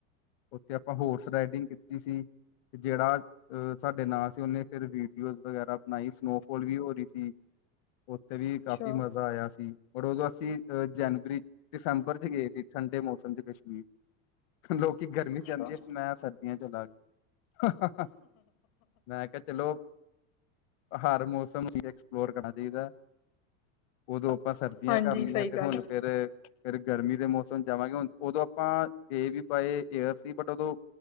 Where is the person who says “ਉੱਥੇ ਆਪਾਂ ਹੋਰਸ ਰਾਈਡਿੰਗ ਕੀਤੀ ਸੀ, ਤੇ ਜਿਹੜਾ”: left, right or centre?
Left